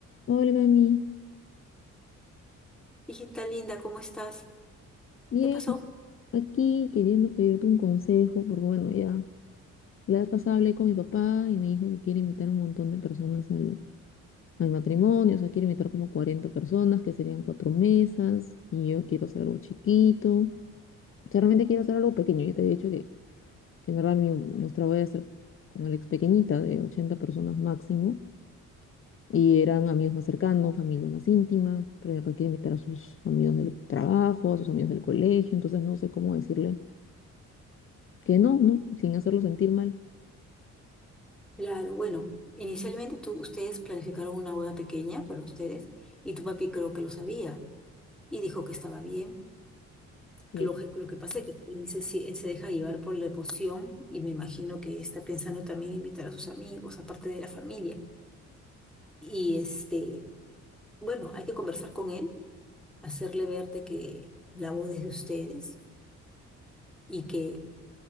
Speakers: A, on the left (about 45°); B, in the centre.
A: Hola mami,
B: Hijita linda, ¿cómo estás?
A: bien,
B: ¿Qué pasó?
A: aquí queriendo pedirte un consejo, porque bueno, ya la vez pasada hablé con mi papá y me dijo que quiere invitar a un montón de personas al, a mi matrimonio, o sea, quiere invitar como 40 personas, que serían cuatro mesas, y yo quiero hacer algo chiquito, o sea, realmente quiero hacer algo pequeño, yo te había dicho que, que en verdad mi, nuestra voy a hacer con Alex pequeñita, de 80 personas máximo, y eran amigos más cercanos, familia más íntima, pero mi papá quiere invitar a sus amigos del trabajo, a sus amigos del colegio, entonces no sé cómo decirle Que no, no, sin hacerlo sentir mal.
B: Claro, bueno, inicialmente tú, ustedes planificaron una boda pequeña para ustedes y tu papi creo que lo sabía y dijo que estaba bien.
A: Sí,
B: Lo que, lo que pasa es que él se, si- él se deja llevar por la emoción y me imagino que está pensando también invitar a sus amigos, aparte de la familia. Y este, bueno, hay que conversar con él, hacerle ver de que la boda es de ustedes y que